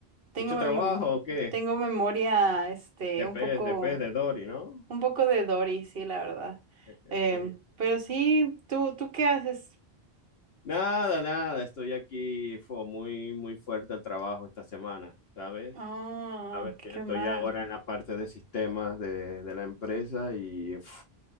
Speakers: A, on the right (about 65°); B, on the left (about 70°).
A: tengo,
B: ¿Mucho
A: mem-
B: trabajo o qué?
A: tengo memoria, este,
B: De
A: un
B: pez,
A: poco,
B: de pez, de Dory, ¿no?
A: un poco de Dory, sí, la verdad.
B: <laughs>
A: Em, pero sí, ¿tú, tú qué haces?
B: Nada, nada, estoy aquí, fue muy, muy fuerte el trabajo esta semana, ¿sabes?
A: Ah,
B: A ver, que
A: qué
B: yo estoy
A: mal.
B: ahora en la parte de sistemas de, de la empresa y uf,